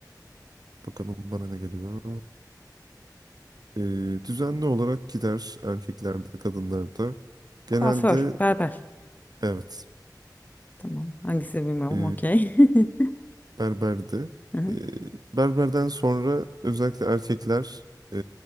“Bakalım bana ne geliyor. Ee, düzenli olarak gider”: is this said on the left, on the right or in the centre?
Right